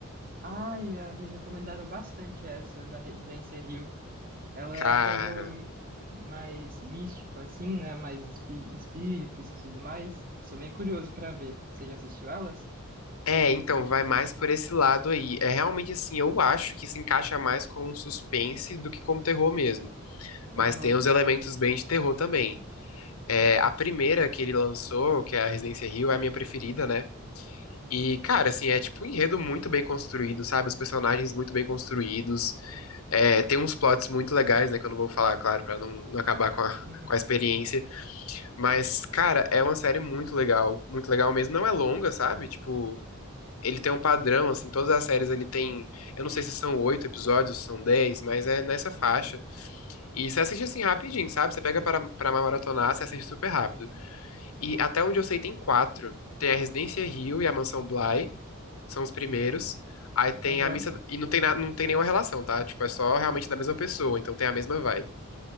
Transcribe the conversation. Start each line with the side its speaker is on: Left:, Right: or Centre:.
Right: ai me me recomendaram bastante essa da Residência Hill. Ela
Left: Cara,
Right: é um terror m- mais místico, assim, né? Mais espí- espíritos e tudo mais. Sou bem curioso pra ver. Você já assistiu elas?
Left: é, então vai mais por esse lado aí. É realmente assim, eu acho que se encaixa mais com um suspense do que como terror mesmo. Mas
Right: Aham.
Left: tem uns elementos bem de terror também. É, a primeira que ele lançou, que é a Residência Rio, é a minha preferida, né? E, cara, assim, é tipo um enredo muito bem construído, sabe? Os personagens muito bem construídos. É, tem uns plots muito legais, né? Que eu não vou falar, claro, pra não, não acabar com a, <laughs>
Right: <laughs>
Left: com a experiência. Mas, cara, é uma série muito legal. Muito legal mesmo. Não é longa, sabe? Tipo, ele tem um padrão, assim. Todas as séries ele tem. Eu não sei se são oito episódios, se são dez, mas é nessa faixa. E você assiste assim rapidinho, sabe? Você pega pra, pra maratonar, você assiste super rápido. E até onde eu sei, tem quatro. Tem a Residência Hill e a Mansão Bly são os primeiros. Aí tem
Right: Aham.
Left: a missa. E não tem, na- não tem nenhuma relação, tá? Tipo, é só realmente da mesma pessoa, então tem a mesma vibe.